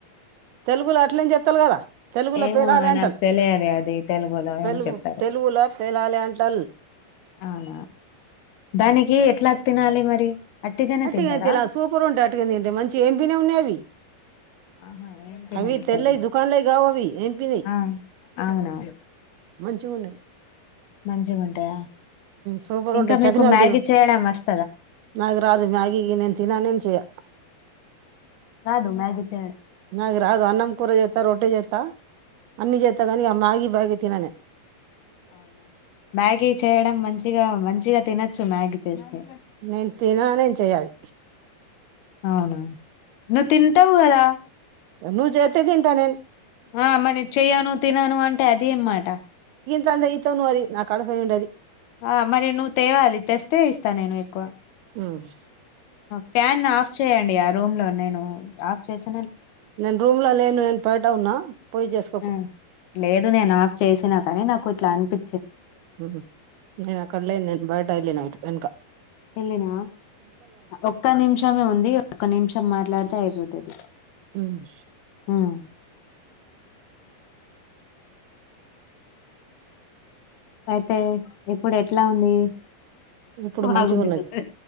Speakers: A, on the right (about 80°); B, on the left (about 75°).
A: తెలుగులో అట్లేని జెప్తల కదా తెలుగులో
B: ఏమో
A: పేలాలె అంటల్
B: నాకు తెలియదు అది తెలుగులో
A: తెలుగు
B: ఏం చెప్తారు
A: తెలుగులో పేలాలె అంటల్
B: అవునా దానికి ఎట్లా తినాలి మరి అట్టిగానే
A: అట్టిగా
B: తింటారా
A: తిలా సూపర్ ఉంటయ్ అట్టిగా తింటే మంచి ఏం వినే ఉన్నాయ్ అవి
B: ఆహా ఏం తినే
A: అవి
B: ఉంటది
A: తెల్లెదు దుకాన్లోయ్ గావ్ అవి ఎంపినీ
B: ఆ అవునా
A: మంచిగ ఉన్నాయ్
B: మంచిగా ఉంటాయా
A: సూపర్
B: ఇంకా
A: ఉంటాయి చకినాలు
B: మీకు మ్యాగీ
A: తిను
B: చేయడం వస్
A: నాకు రాదు మ్యాగి నేన్ తినను నేన్ చేయ్య
B: రాదు మ్యాగి చె
A: నాకు రాదు అన్నం కూర జైత రోట్టి జైత అన్ని జెత్తగాని ఇగ మ్యాగి మ్యాగి తినను
B: అవునా మ్యాగీ చేయడం మంచిగా మంచిగ తినొచ్చు మ్యాగీ చేస్తే
A: నేను తిన నేను చేయాలి
B: అవునా నువ్వు తింటావు కదా
A: నువ్ జేత్తె తింటా నేన్
B: ఆ మరి చెయ్యను తినను అంటే అదేం మాట
A: తందే ఈతను అది నా కడుపు నిండది
B: ఆ మరి నువ్వు తేవాలి తెస్తే ఇస్తా నేను ఎక్కువ
A: హ్మ్
B: ఫ్యాన్ ఆఫ్ చేయండి ఇగ రూమ్ లో నేను ఆఫ్ చేస్
A: నేను రూమ్ లో లేను నేన్ పయట ఉన్నా పోయి చేస్కోపో
B: ఉమ్ లేదు నేను ఆఫ్ చేసినా కానీ నాకు ఇట్లా అనిపి
A: హ్మ్ నేను అక్కడలేను నేన్ బయట ఎళ్ళిన ఇటు వెనకా
B: ఎళ్ళిన ఒక్క నిమిషమే ఉంది ఒక్క నిమిషం మాట్లాడితే అయిపోతది
A: హ్మ్
B: ఉమ్ అయితే ఇప్పుడు ఎట్లా ఉంది
A: ఇప్పుడు
B: బాగుంది
A: మంచిగా ఉన్నది
B: కదే